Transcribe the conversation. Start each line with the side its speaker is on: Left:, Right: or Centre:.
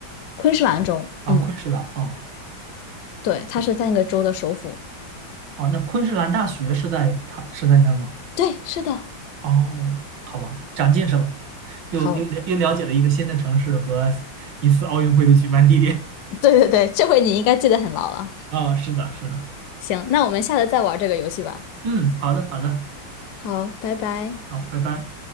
Left: 昆士兰州，
Right: 啊，
Left: 嗯，
Right: 昆士兰啊
Left: 对，他是在那个州的首府。
Right: 啊，那昆士兰大学是在它是在那儿吗？
Left: 对，是的，
Right: 哦，好吧，长见识了，又又了又了解了一个新的城市和
Left: 好，
Right: 一次奥运会的举办地点。
Left: 对对对，这回你应该记得很牢了。
Right: <laughs> 啊，是的，是的，
Left: 行，那我们下次再玩这个游戏吧。
Right: 嗯，好的，好的，
Left: 好，拜拜。
Right: 好，拜拜。